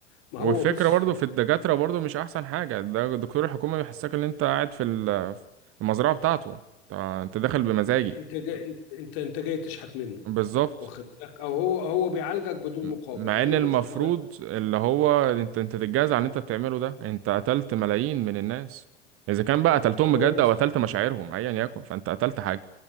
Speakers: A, on the left (about 55°); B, on the right (about 40°).
A: ما
B: والفكرة
A: هو بص
B: برضو
A: بص
B: في الدكاترة برضو مش أحسن حاجة ده دكتور الحكومة بيحسسك إن أنت قاعد في ال- في المزرعة بتاعته أنت أنت داخل بمزاجي
A: انت جاي انت انت انت جاي تشحت منه
B: بالظبط
A: واخد بالك او هو هو بيعالجك بدون
B: م-
A: مقابل
B: مع
A: مع
B: إن
A: انه
B: المفروض
A: بياخد مرتب
B: اللي هو أنت أنت تتجازى على اللي أنت بتعمله ده أنت قتلت ملايين من الناس إذا كان بقى
A: ما
B: قتلتهم
A: هو
B: بجد
A: بص
B: أو قتلت مشاعرهم أيا يكن فأنت قتلت حاجة